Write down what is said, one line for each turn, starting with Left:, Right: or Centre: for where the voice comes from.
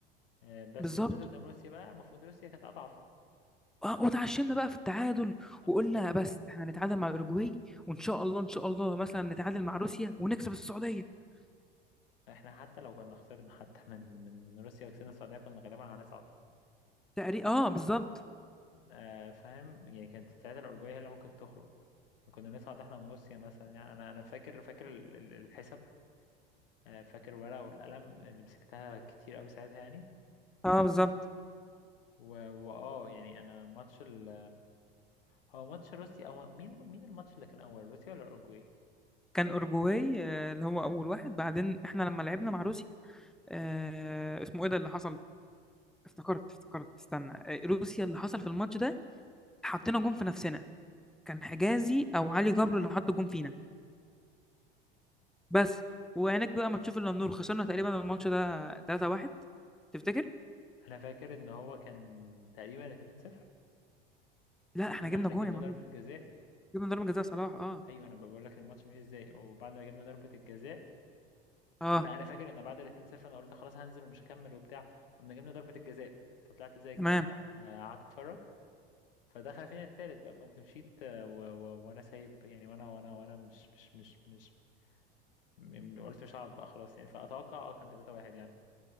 Left: آه، بس
Centre: بالظبط
Left: ونزلت قدام روسيا بقى المفروض روسيا كانت اضعف
Centre: اه وتعشمنا بقى في التعادل
Left: آه،
Centre: وقلنا
Left: بالظبط
Centre: بس احنا نتعادل مع الاوروجواي وان شاء الله ان شاء الله مثلا نتعادل مع روسيا ونكسب السعوديه
Left: احنا حتى لو كنا خسرنا حتى من من من روسيا وكسبنا السعوديه كنا غالبا هنصعد
Centre: تقريبا اه بالظبط
Left: آه، فاهم يعني كانت ساعتها الاورجواي هي اللي ممكن تخرج كنا نصعد احنا من روسيا مثلا يعني انا انا فاكر فاكر ال- ال- الحساب آه، فاكر ورقه والقلم اللي مسكتها كتير قوي ساعتها يعني
Centre: اه بالظبط
Left: و- واه يعني انا ماتش ال... هو ماتش روسيا او مين مين الماتش اللي كان اول روسيا ولا الاورجواي
Centre: كان اورجواي آه، اللي هو اول واحد بعدين احنا لما لعبنا مع روسيا آه، اسمه ايه ده اللي حصل افتكرت افتكرت استنى آه، روسيا اللي حصل في الماتش ده حطينا جون في نفسنا كان حجازي او علي جبر اللي حط جون فينا بس وعينك بقى ما تشوف الا النور خسرنا تقريبا الماتش ده 3-1 تفتكر
Left: انا فاكر ان هو كان تقريبا 2-0
Centre: لا احنا
Left: ان
Centre: جبنا
Left: احنا
Centre: جون
Left: جبنا
Centre: يا معلم
Left: ضربة جزاء
Centre: جبنا ضربة جزاء صلاح اه
Left: ايوه انا بقول لك الماتش مش ازاي وبعد ما جبنا ضربة الجزاء
Centre: اه
Left: انا انا فاكر ان بعد ال 2-0 انا قلت خلاص هنزل ومش هكمل وبتاع فقمنا جبنا ضربة الجزاء فطلعت زي الجزمة
Centre: تمام
Left: آه، قعدت اتفرج فدخل فينا التالت بقى فقمت مشيت آه، و... و... وانا سايب يعني وانا وانا وانا مش مش مش مش م- قلت مش هقعد بقى خلاص يعني فاتوقع اه كان 3-1 يعني